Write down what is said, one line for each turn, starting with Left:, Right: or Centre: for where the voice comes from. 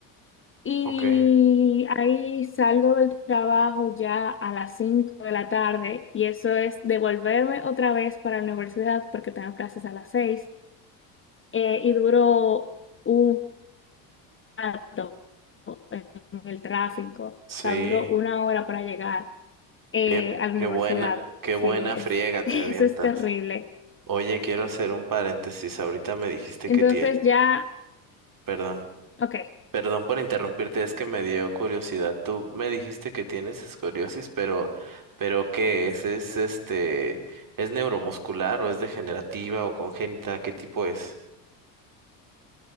Left: y
Right: Okay.
Left: ahí salgo del trabajo ya a las 5 de la tarde y eso es devolverme otra vez para la universidad porque tengo clases a las seis eh, y duró un rato en el tráfico, o
Right: Sí,
Left: sea, duró una hora para llegar eh,
Right: qué,
Left: a la
Right: qué
Left: universidad.
Right: buena, qué
Left: Sí,
Right: buena
Left: es,
Right: friega
Left: <laughs>
Right: te
Left: eso
Right: avientas.
Left: es terrible.
Right: Oye, quiero hacer un paréntesis. Ahorita me dijiste
Left: Entonces
Right: que tie,
Left: ya...
Right: perdón,
Left: Ok,
Right: Perdón por interrumpirte, es que me dio curiosidad. Tú me dijiste que tienes escoriosis, pero, pero ¿qué es? ¿Es este, es neuromuscular o es degenerativa o congénita? ¿Qué tipo es?